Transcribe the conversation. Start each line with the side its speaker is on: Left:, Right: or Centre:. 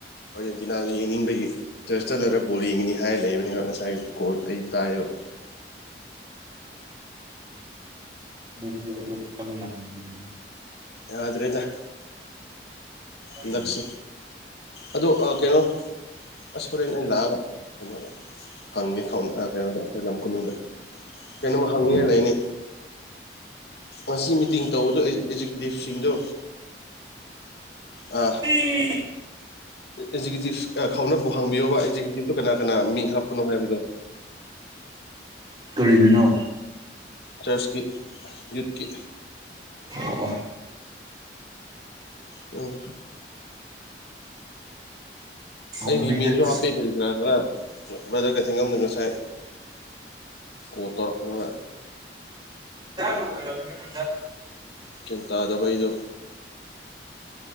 Left: ꯑꯥꯔꯖꯦꯟꯇꯤꯅꯥꯗꯨ ꯌꯦꯡꯅꯤꯡꯕꯒꯤ ꯏꯟꯇꯔꯦꯁ ꯆꯠꯂꯒ ꯕꯣꯜ ꯌꯦꯡꯉꯅꯤ ꯍꯥꯏꯔ ꯂꯩꯕꯅꯤꯅ ꯉꯁꯥꯏꯗꯨ ꯀꯣꯜ ꯑꯩ ꯇꯥꯏꯌꯦꯕ
Right: ꯃꯤꯁꯤꯡ ꯑꯗꯨ ꯈꯛꯇꯪ ꯅꯪꯒꯅꯤꯗꯅ
Left: ꯌꯥꯗ꯭ꯔꯦꯗ ꯍꯟꯗꯛꯁꯦ
Right: ꯎꯝ
Left: ꯑꯗꯨ ꯑ ꯀꯩꯅꯣ ꯑꯁ ꯍꯣꯔꯦꯟ ꯑꯩꯅ ꯂꯥꯛꯑꯒ ꯀꯩꯅꯣ ꯍꯪꯒꯦ ꯍꯪ ꯑ ꯀꯩꯅꯣꯗ ꯑꯩꯈꯣꯏ ꯂꯝ ꯈꯨꯅꯨꯡꯗ ꯀꯩꯅꯣꯃ ꯍꯪꯅꯤꯡꯉꯥꯏ
Right: ꯎꯝ
Left: ꯂꯩꯅꯦ ꯉꯁꯤ ꯃꯤꯇꯤꯡ ꯇꯧꯕꯗꯣ ꯑꯦ ꯑꯦꯛꯖꯤꯀ꯭ꯨꯇꯤꯞꯁꯤꯡꯗꯣ ꯑ
Right: ꯎꯝ
Left: ꯑꯦꯛꯖꯤꯀ꯭ꯌꯨꯇꯤꯞ ꯑꯥ ꯈꯥꯎꯅꯕꯨ ꯍꯥꯡꯕꯤꯌꯣꯕ ꯑꯦꯛꯖꯤꯀ꯭ꯌꯨꯇꯤꯞꯇꯣ ꯀꯅꯥ ꯀꯅꯥ ꯃꯤꯡ ꯍꯥꯞꯄꯅꯣ ꯍꯥꯏꯕꯗꯣ
Right: ꯀꯔꯤꯒꯤꯅꯣ
Left: ꯆꯁꯀꯤ ꯌꯨꯠꯀꯤ
Right: ꯑꯣ ꯑꯣ
Left: ꯑꯣ
Right: ꯍꯪꯕꯤꯒꯦ
Left: ꯑꯩꯒꯤ ꯃꯤꯡꯁꯨ ꯍꯥꯞꯄꯦ ꯈꯔ ꯕ꯭ꯔꯦꯗꯔ ꯒꯥꯏꯊꯪꯉꯝꯅ ꯉꯁꯥꯏ ꯀꯣꯜ ꯇꯧꯔꯛꯄꯅꯦꯕ
Right: ꯂꯣꯏꯔꯕꯅꯦ <inaudible>
Left: ꯒ꯭ꯋꯟ ꯇꯥꯗꯕ ꯑꯩꯗꯣ